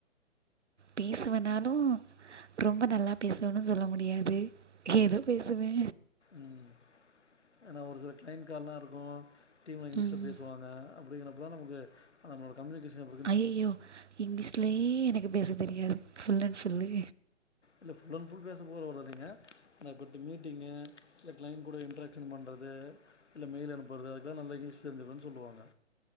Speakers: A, on the right; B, on the left.
A: பேசுவேனாலு ரொம்ப நல்லா பேசுவேன்னு சொல்ல முடியாது ஏதோ பேசுவே
B: ம்‌ ஏனா ஒரு சில க்ளைன்ட் கால்லா இருக்கு டீமா இங்கிலீஷ்ல
A: ம்.
B: பேசுவாங்க அப்டிங்கறப்பதா நமக்கு நம்ம கம்யூனிகேஷன் எப்டி இரு
A: அய்யய்யோ இங்கிலீஷ்லே எனக்கு பேச தெரியாது ஃபுல் அன்ட் ஃபுல்லு
B: இல்ல ஃபுல் அன்ட் ஃபுல் பேச போல வராதுங்க ஆனா குட்டி மீட்டிங்கு சிலஸ் க்ளைன்ட் கூட இன்ட்ராக்ஷன் பண்றது இல்ல மெயில் அனுப்புறது அதுக்கல்லா நல்ல இங்கிலீஷ் தெரிஞ்சிருக்கணுன் சொல்லுவாங்க